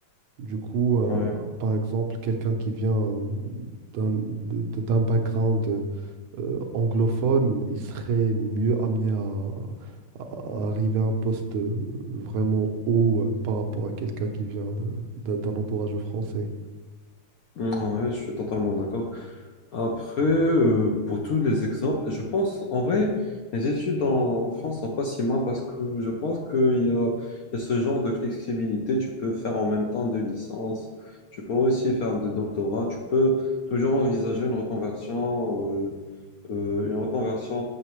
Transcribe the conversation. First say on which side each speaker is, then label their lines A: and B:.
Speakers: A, on the right; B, on the left.
A: Du coup,
B: Ouais,
A: euh, par exemple, quelqu'un qui vient euh, d'un de- de- d'un background euh, euh, anglophone, il serait mieux amené à, à- à arriver à un poste euh, vraiment haut euh, par rapport à quelqu'un qui vient de- d'un d'un entourage français.
B: mm, ouais, je suis totalement d'accord. Après, euh, pour tous les exemples, je pense en vrai, les études en, en France sont pas si mal parce que je pense qu'il y a, il y a ce genre de flexibilité. Tu peux faire en même temps deux licences, tu peux aussi faire de doctorat, tu peux toujours envisager une reconversion euh, euh, une reconversion